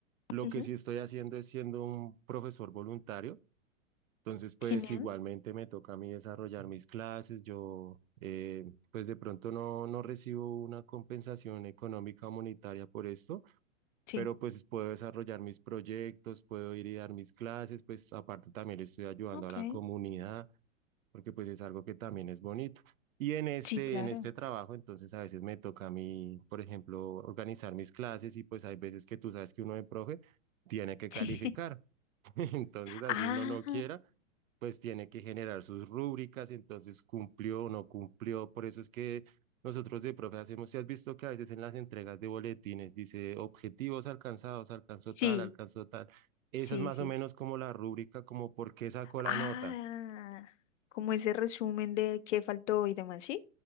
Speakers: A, on the right; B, on the left.
A: Lo
B: Ujú,
A: que sí estoy haciendo es siendo un profesor voluntario. Entonces, pues
B: Genial,
A: igualmente me toca a mí desarrollar mis clases. Yo, eh, pues de pronto no, no recibo una compensación económica o monetaria por esto,
B: sí,
A: pero pues puedo desarrollar mis proyectos, puedo ir y dar mis clases, pues aparte también le estoy ayudando
B: ok.
A: a la comunidad porque pues es algo que también es bonito. Y en este,
B: Sí, claro.
A: en este trabajo, entonces a veces me toca a mí, por ejemplo, organizar mis clases y pues hay veces que tú sabes que uno de profe tiene que calificar.
B: Sí. <laughs>
A: <laughs> Entonces, así
B: Ah,
A: uno no quiera, pues tiene que generar sus rúbricas, entonces cumplió o no cumplió. Por eso es que nosotros de profe hacemos, si has visto que a veces en las entregas de boletines dice objetivos alcanzados, alcanzó
B: sí,
A: tal, alcanzó tal. Esa
B: sí,
A: es más
B: sí.
A: o menos como la rúbrica, como por qué sacó la
B: Ah,
A: nota.
B: como ese resumen de qué faltó y demás, ¿sí?